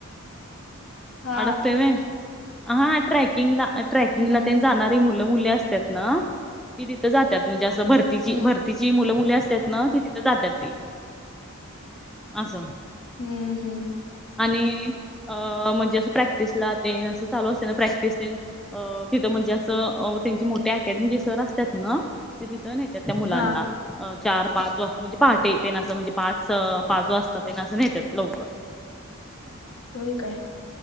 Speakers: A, on the left; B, in the centre.
A: हा
B: अडकतय होय? हा ट्रॅकिंगला ट्रॅकिंगला
A: हम्म
B: तेन जाणारी मुल मुलं मुली असत्यात ना ती तिथे जात्यात म्हणजे असं भरतीची
A: हम्म
B: भर तिची मुलं मुली असतात ना, ती तिथं जात्यात ती असं.
A: हम्म हम्म.
B: आणि अ म्हणजे असं प्रॅक्टिसला तेन असं चालू असते ना प्रॅक्टिस तेन. अ तिथं म्हणजे असं त्यांचे मोठे अकॅडमीचे सर असतात ना. ते तिथं नेत्यात त्या मुलांना.
A: हा
B: अं चार पाच वाजता म्हणजे पहाटे तेन असं म्हणजे पाच पाच वाजता तेन अस नेतात लवकर.
A: होय काय?